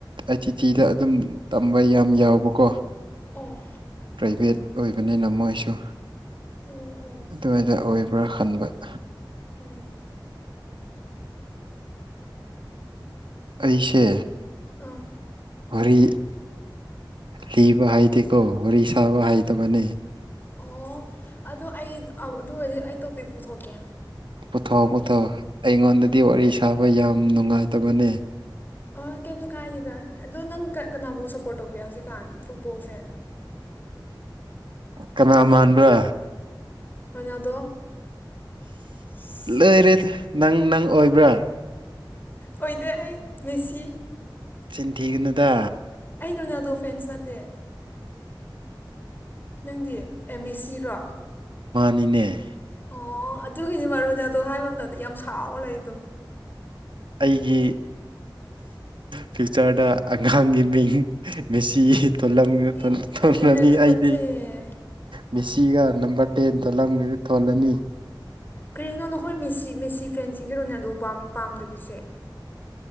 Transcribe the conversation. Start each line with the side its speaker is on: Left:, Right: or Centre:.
Right: ꯑꯥꯏ ꯇꯤ ꯇꯤꯗ ꯑꯗꯨꯝ ꯇꯝꯕ ꯌꯥꯝ ꯌꯥꯎꯕꯀꯣ
Left: ꯑꯣ
Right: ꯄ꯭ꯔꯥꯏꯚꯦꯠ ꯑꯣꯏꯕꯅꯤꯅ ꯃꯣꯏꯁꯨ
Left: ꯎꯝ ꯎꯝ
Right: ꯑꯗꯨꯋꯥꯏꯗ ꯑꯣꯏꯕ꯭ꯔꯥ ꯈꯟꯕꯔ
Left: ꯎꯝ
Right: ꯑꯩꯁꯦ
Left: ꯑꯥ
Right: ꯋꯥꯔꯤ ꯂꯤꯕ ꯍꯩꯇꯦꯀꯣ ꯋꯥꯔꯤ ꯁꯥꯥꯕ ꯍꯩꯇꯕꯅꯤ
Left: ꯑꯣ ꯑꯗꯣ ꯑꯩ ꯑꯗꯨ ꯑꯣꯏꯔꯗꯤ ꯑꯩ ꯇꯣꯄꯤꯛ‌ ꯄꯨꯊꯣꯛꯀꯦ
Right: ꯄꯨꯊꯣꯛꯑꫭ ꯄꯨꯊꯣꯛꯑꫭ ꯑꯩꯉꯣꯟꯗꯗꯤ ꯋꯥꯔꯤ ꯁꯥꯕ ꯌꯥꯝ ꯅꯨꯡꯉꯥꯏꯇꯕꯅꯦ
Left: ꯑꯣ ꯀꯩꯝꯖꯨ ꯀꯥꯏꯗꯦꯗ ꯑꯗꯣ ꯅꯪ ꯀ ꯀꯅꯥꯕꯨ ꯁꯞꯄꯣꯔꯠ ꯇꯧꯒꯦ ꯍꯧꯖꯤꯛꯀꯥꯟ ꯐꯨꯠꯕꯣꯜꯁꯦ
Right: ꯀꯅꯥ ꯃꯥꯟꯕ꯭ꯔꯥ
Left: ꯔꫭꯅꯥꯜꯗꫭ ꯏꯁ
Right: ꯂꯩꯔꯦꯗ ꯅꯪ ꯅꯪ ꯑꯣꯏꯕ꯭ꯔꯥ
Left: ꯑꯣꯏꯗꯦ ꯑꯩ ꯃꯦꯁꯤ
Right: ꯅꯆꯤꯟꯊꯤꯒꯅꯨꯗ
Left: ꯑꯩ ꯔꫭꯅꯥꯜꯗꫭ ꯐ꯭ꯔꯦꯟꯁ ꯅꯠꯇꯦ ꯅꯪꯗꯤ ꯑꯦ ꯃꯦꯁꯤꯔꯣ
Right: ꯅꯤꯅꯦ
Left: ꯑꯣ ꯑꯗꯨꯒꯤꯅꯤ ꯃꯔꯨꯅꯦ ꯑꯗꯣ ꯍꯥꯏꯕ ꯃꯇꯝꯗ ꯌꯥꯝ ꯁꯥꯎꯔ ꯂꯩꯗꯣ
Right: ꯑꯩꯒꯤ ꯐ꯭ꯌꯨꯏꯆꯔꯗ ꯑꯉꯥꯡꯒꯤ ꯃꯤꯡ ꯃꯦꯁꯤ ꯊꯣꯂꯝ
Left: ꯏ
Right: ꯊꯣꯜꯂꯅꯤ
Left: ꯇꯜꯂꯦ ꯇꯨꯀꯠꯆꯩꯌꯦ
Right: ꯑꯩꯗꯤ ꯃꯦꯁꯤꯒ ꯅꯝꯕꯔ ꯇꯦꯟꯗꯣ ꯂꯪ ꯊꯣꯜꯂꯅꯤ
Left: ꯀꯔꯤꯒꯤꯅꯣ ꯅꯈꯣꯏ ꯃꯦꯁꯤ ꯃꯦꯁꯤ ꯐꯦꯟꯁꯤꯡꯁꯦ ꯔꫭꯅꯥꯜꯗꫭ ꯄꯥꯝ ꯄꯥꯝꯗꯕꯁꯦ